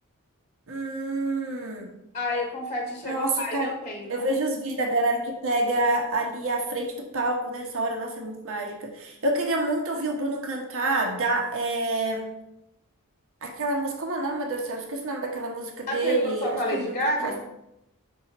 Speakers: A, on the right (about 65°); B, on the left (about 30°).
A: Hum.
B: Aí o confete chegou
A: Nossa,
B: lá
A: cara,
B: e eu tenho.
A: eu vejo os vídeos da galera que pega ali à frente do palco nessa hora, nossa, é muito mágica. Eu queria muito ouvir o Bruno cantar da, é, aquela música, como é o nome, meu Deus do céu? Eu Esqueci o nome daquela música dele.
B: Aquele lançou
A: Acho
B: com a Lady
A: que ele nunca
B: Gaga?
A: faz.